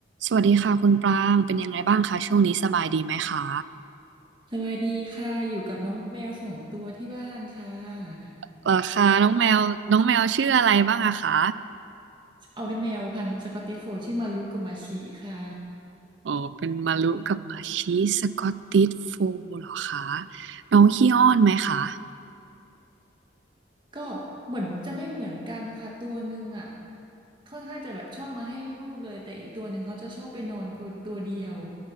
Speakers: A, on the right; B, on the right.
A: สวัสดีค่ะคุณปรางเป็นยังไงบ้างคะช่วงนี้สบายดีไหมคะ
B: สวัสดีค่ะอยู่กับน้องแมวสองตัวที่บ้านค่ะ
A: เหรอคะน้องแมวน้องแมวชื่ออะไรบ้างอะคะ
B: เอาเป็นแมวพันธุ์สกอตติชโฟลด์ชื่อมารุกับมาชิค่ะ
A: อ๋อเป็นมารุกับมาชิสกอตติชโฟลด์เหรอคะน้องขี้อ้อนไหมคะ
B: ก็เหมือนจะไม่เหมือนกันค่ะตัวหนึ่งอ่ะค่อนข้างจะแบบชอบมาให้รูปเลยแต่อีกตัวหนึ่งเขาจะชอบไปนอนคนตัวเดียว